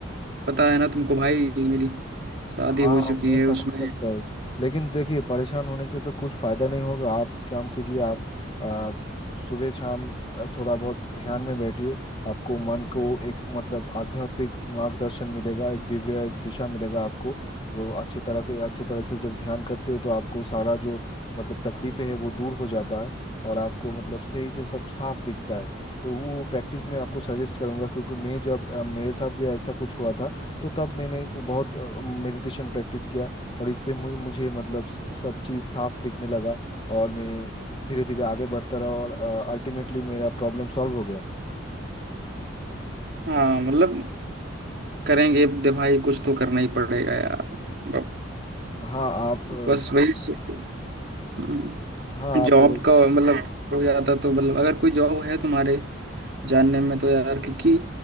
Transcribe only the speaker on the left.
हाँ
मैं
समझ
सकता हूँ लेकिन देखिए परेशान होने से तो कुछ फायदा नहीं होगा आप काम कीजिए आप आ, सुबह शाम आ, थोड़ा बहुत ध्यान में बैठिए आपको मन को एक मतलब आध्यात्मिक मार्गदर्शन मिलेगा एक दिव्य एक दिशा मिलेगा आपको वो अच्छे तरह के अच्छे तरह से जब ध्यान करते हैं तो आपको सारा जो मतलब तकलीफें है वो दूर हो जाता है और आपको मतलब सही से सब साफ दिखता है तो वो प्रैक्टिस में आपको सजेस्ट करूंगा क्योंकि मैं जब आ, मेरे साथ भी ऐसा कुछ हुआ था तो तब मैंने को बहुत मेडिटेशन प्रैक्टिस किया और इससे मुझे, मुझे मतलब स- सब चीज़ साफ दिखने लगा और मैं धीरे धीरे आगे बढ़ता रहा और अल्टीमेटली मेरा प्रॉब्लम सॉल्व हो गया
हाँ आप अ,
हाँ आप